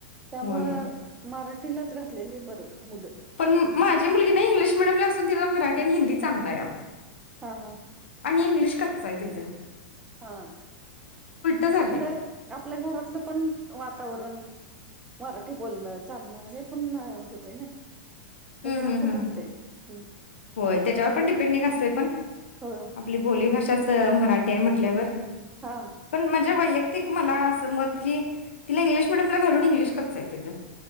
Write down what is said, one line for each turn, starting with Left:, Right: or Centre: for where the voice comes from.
Right: त्यामुळं
Left: होय
Right: मराठीलाच घात लेले बरं. मुलं
Left: पण, माझी मुलगी ना इंग्लिश मिडियमला असून तिला मराठी आणि हिंदीत चांगलं आय आओ.
Right: हां-हां-हां
Left: इंग्लिश कच्चं आय तिझं
Right: हां,
Left: झालंय
Right: आपलं आपल्या घरातलं पण वातावरण मराठी बोलणं चालणं हे पण होतंय नइ.
Left: हम्
Right: एज्यावर
Left: हम्
Right: पण
Left: हम्
Right: राहतंय. हम्
Left: होय, तेज्यावर पण डिपेंडिंग असतंय पण.
Right: हो
Left: आपली बोली भाषाच च मराठी हाय म्हटल्यावर.
Right: हा
Left: पण म्हणजे वैय तिक मला असं मत कि तिला इंग्लिश मीडयमला घालून इंग्लिश कच्चं आय तीजं.